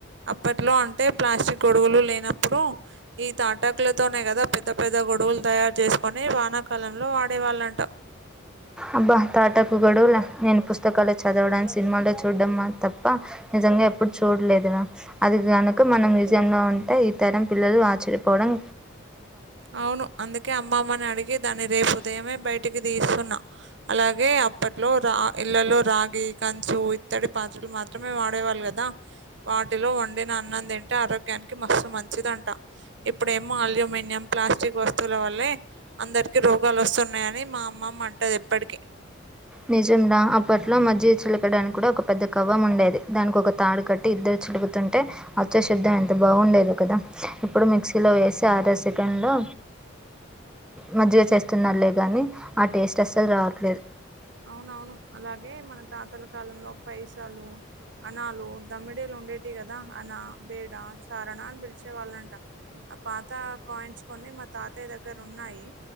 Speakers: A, on the right (about 55°); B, in the centre.
A: అప్పట్లో అంటే ప్లాస్టిక్ గొడవలు లేనప్పుడు ఉ ఈ తాట ట్లతోనే కదా పెద్ద పెద్ద గొడవులు తయారు చేసుకొని వానా కాలంలో వాడేవాళ్ళంట
B: అబ్బా తాటాకు గొడుగుల నేను పుస్ తకాలు చదవడానికి సినిమాలో చూడ్డం తప్ప నిజంగా ఎప్పుడు చూడలేదు రా అది గనుక మన మ్యూజియం లో ఉంటే ఈ తరం పిల్లలు ఆచర్యపోవడం
A: అవును అందుకే అమ్మమ్మని అడి దాని రేపు ఉదయమే బయటికి తీస్తున్నా అలాగే అప్పట్లో రా ఇళ్లలో రాగి కంచు ఇతడి పాత్రలు మాత్రమే వాడేవాళ్ళు కదా వాటిలో వండిన అన్నం తిన్ ఆరోగ్యానికి మస్తు మంచిదంట ఇప్పుడేమో అల్యూమినియం ప్లాస్టిక్ వస్తువుల వల్లే అందరికీ రోగాలు వస్తున్నాయని మా అమ్మమ్మ అంటంది ఎప్పటికీ
B: నిజం రా అప్పట్లో మధ్య చిలకడానికి కూడా ఒక పెద్ద కవ్వం ఉండేది దానికి ఒక తాడు కట్టి ఇద్దరు చిలు తంటే అచ్చశుద్ధం ఎంత బాగుండేదో కదా ఇప్పుడు మిక్సీలో వేసి అర సెకండ్లో మజ్జిగ చేస్తున్నారులే గానీ ఆ టేస్ట్ అస్సలు రావట్లేదు
A: అవునవును అలాగే మన తాతల కాలంలో పైసాలు అనాలు దమిడీలు ఉండేటి కదా అనా బేడా చారన అని పిలిచే వాళ్ళంట ఆ పాత కాయిన్స్ కొ మా తాతయ్య దగ్గర ఉన్నాయి